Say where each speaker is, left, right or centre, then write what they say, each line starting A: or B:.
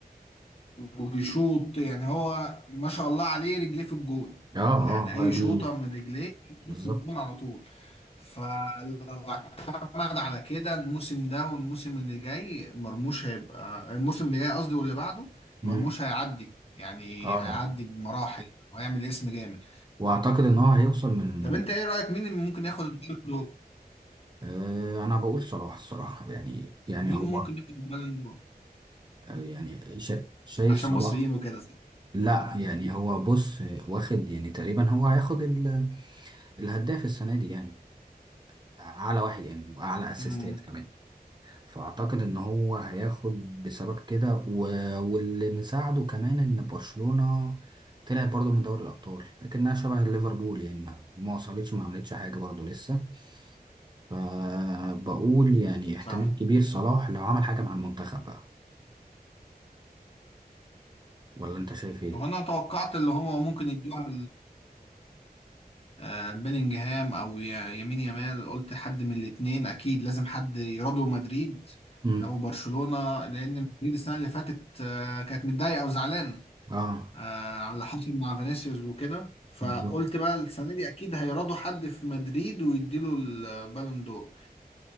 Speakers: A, on the left; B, on the right.
A: ويشوط يعني هو ما شاء الله عليه رجليه في الجون
B: اه
A: يعني
B: اه
A: اي
B: هي
A: شوطه
B: دي
A: من رجليه
B: بالظبط
A: في الجون على طول فلو اعتمد على كده الموسم ده والموسم اللي جاي مرموش هيبقى الموسم اللي جاي قصدي واللي بعده مرموش
B: مم.
A: هيعدي يعني
B: اه
A: هيعدي بمراحل وهيعمل اسم جامد
B: وأعتقد إن هو هيوصل من
A: طب انت ايه رايك مين اللي ممكن ياخد البالون دور
B: آه أنا بقول صلاح الصراحة يعني يعني
A: مين
B: هو
A: ممكن ياخد البالون دور
B: يعني شا- شايف
A: عشان
B: صلاح
A: مصريين وكده صح
B: لا يعني هو بص واخد يعني تقريبا هو هياخد ال- الهداف السنة دي يعني اعلى واحد يعني واعلى اسيستات
A: امم
B: كمان فاعتقد ان هو هياخد بسبب كده و... واللي مساعده كمان ان برشلونة طلعت برضه من دوري الابطال لكنها شبه ليفربول يعني ما ما وصلتش ما عملتش حاجه برضه لسه فبقول يعني احتمال
A: صح
B: كبير صلاح لو عمل حاجه مع المنتخب بقى ولا انت شايف ايه
A: وانا توقعت اللي هما ممكن يدوها آه، بيلينجهام او يا- يمين يامال قلت حد من الاثنين اكيد لازم حد يرادو مدريد
B: امم
A: او برشلونة لان مدريد السنة اللي فاتت آه، كانت متضايقة وزعلانة
B: اه
A: آه، على اللي حصل مع فينيسيوس وكده فقلت
B: بالظبط
A: بقى السنة دي اكيد هيرادوا حد في مدريد ويديله البالون دور